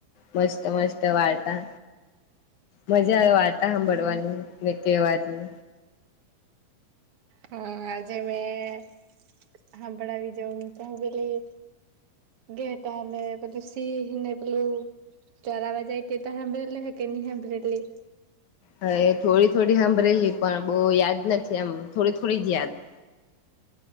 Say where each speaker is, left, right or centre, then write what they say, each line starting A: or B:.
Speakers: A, on the left; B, on the right.
A: મસ્ત મસ્ત વાર્તા. મજા આવે વાર્તા હાંભળવાની
B: હા
A: ને કેવાની.
B: હા આજે મેં હાંભળાવી જોમ તમે બધી. ઘેટાં ને બધું સિંહ ને પેલી. ચરાવાજાય તે તો હાંબરેલી હે કે ની હાંબરેલી
A: હાએ થોડી થોડી હાંબરેલી પણ બો યાદ નથી એમ થોડી થોડી જ યાદ. <inaudible>